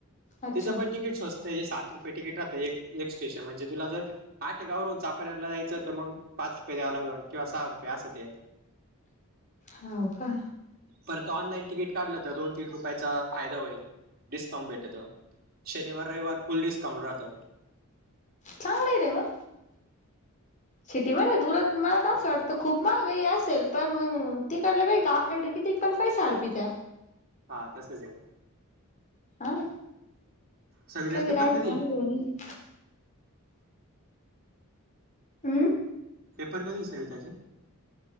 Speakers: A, on the left (about 35°); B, on the right (about 45°).
A: अच्छा
B: तिच पण तिकीट स्वस्त हे सात रुपये तिकीट राहतं. एक स्टेशन म्हणजे तुला जर आठेगाव वरून चापेरला जायचं तर मग पाच रुपये द्याव लागेल किंवा सहा रुपये असं ते.
A: हो का.
B: परत ऑनलाईन तिकीट काढलं तर, दोन - तीन रुपयाचा फायदा होईल. डिस्काउंट भेटत. शनिवार- रविवार फुल डिस्काउंट राहतो.
A: चांगलं आहे रे मग. सीटीमध्ये तुला मलातर असं वाटतं खूप महागाई असेल. पण मग तिकडलं नाही काय आपल्याकडे किती पण पैसा हडपी त्या.
B: हा तसच आहे मग.
A: हा ना.
B: सविताचे
A: कधी
B: पेपर
A: राहायचं
B: आहे?
A: अनुभव नाही आहे. हम.
B: पेपर कधी सवीताचे?